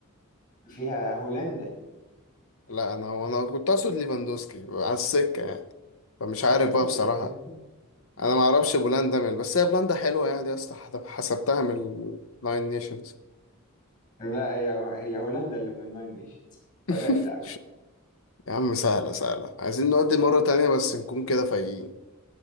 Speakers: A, on the left (about 40°); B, on the left (about 70°).
A: فيها هولندا
B: لا انا هو انا كنت اقصد ليفاندوسكي على السكة يعني فمش عارف
A: اصلا
B: بقى بصراحة
A: ده انت
B: انا ما اعرفش بولندا من بس هي بولندا حلوة يعني يا اسطى حسب- حسبتها من الناين نيشنز
A: لا هي هي هولندا اللي من الناين نيشنز
B: <laughs>
A: فداك يا عم
B: يا عم سهلة سهلة عايزين نودي مرة تانية بس نكون كده فايقين